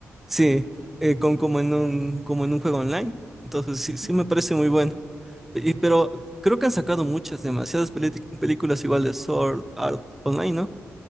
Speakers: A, in the centre; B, on the right (about 80°).
A: sí,
B: completo.
A: eh, con, como en un, como en un juego online. Entonces sí,
B: Ujú.
A: sí me parece muy bueno. Y,
B: Sí,
A: pero creo que han sacado muchas, demasiadas peli- películas igual de Sword Art Online, ¿no?